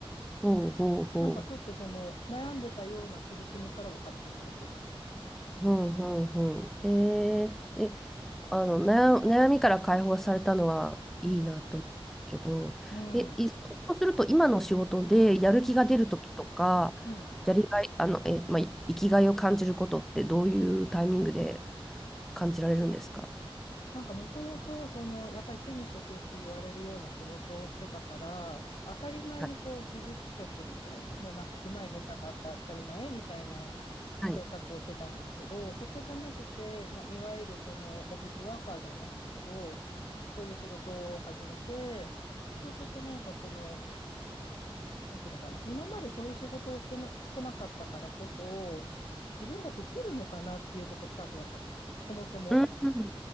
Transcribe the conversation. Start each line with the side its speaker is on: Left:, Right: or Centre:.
Centre: ほうほうほう。
Left: なんかちょっとその悩んでたような苦しみからは解放されてます。
Centre: ほうほうほう。えー、え、あの、悩、悩みから解放されたのはいいなと思うんですけど、
Left: うん。うん。
Centre: え、い、そうすると今の仕事でやる気が出る時とか、
Left: うん。うん。
Centre: やりがい、あの、え、まあ、い生きがいを感じることってどういうタイミングで感じられるんですか
Left: なんかもともと、その、やっぱり手に職って言われるような仕事をしてたから、当たり前にこう技術職みたいな、
Centre: はい
Left: もうなんか上手い下手があって当たり前みたいな生活をしてたんですけど、
Centre: はい。
Left: そこじゃなくて、まあ、いわゆるそのオフィスワーカーじゃないですけど、そういう仕事を始めて、そうすると何かこの、なんていうのかな、今までそういう仕事をしてなこなかったからこそ、自分ができるのかなっていうとこスタートだったんですよ、そもそも。
Centre: うん、うん。